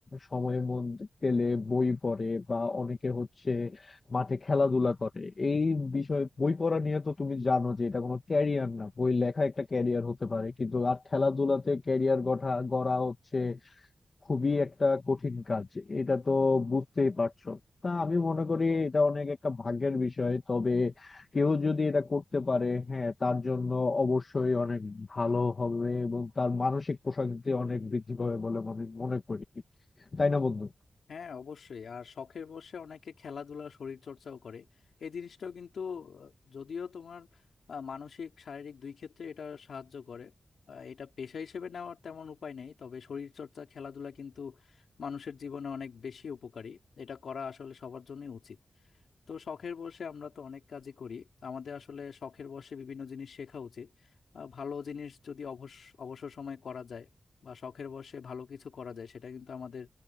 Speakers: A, on the left; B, on the left.
A: সময় মন পেলে বই পড়ে বা অনেকে হচ্ছে মাঠে খেলাধুলা করে এই বিষয়ে বই পড়া নিয়ে তো তুমি জানো যে এটা কোনো ক্যারিয়ার না বই লেখা একটা ক্যারিয়ার হতে পারে কিন্তু আর খেলাধুলাতে ক্যারিয়ার গঠা গড়া হচ্ছে খুবই একটা কঠিন কাজ এটা তো বুঝতেই পারছো তা আমি মনে করি এটা অনেক একটা ভাগ্যের বিষয় তবে কেউ যদি এটা করতে পারে হ্যাঁ তার জন্য অবশ্যই অনেক ভালো হবে এবং তার মানসিক প্রশান্তি অনেক বৃদ্ধি পাবে বলে আমি মনে করি তাই না বন্ধু
B: হ্যাঁ অবশ্যই আর শখের বসে অনেকে খেলাধুলা শরীর চর্চাও করে এই জিনিসটাও কিন্তু আহ, যদিও তোমার আহ, মানসিক শারীরিক দুই ক্ষেত্রে এটা সাহায্য করে আহ, এটা পেশা হিসেবে নেওয়ার তেমন উপায় নেই তবে শরীর চর্চা খেলাধুলা কিন্তু মানুষের জীবনে অনেক বেশি উপকারী এটা করা আসলে সবার জন্যই উচিত তো শখের বশে আমরা তো অনেক কাজই করি আমাদের আসলে শখের বশে বিভিন্ন জিনিস শেখা উচিত আহ, ভালো জিনিস যদি অবস অবসর সময় করা যায় বা শখের বশে ভালো কিছু করা যায় সেটা কিন্তু আমাদের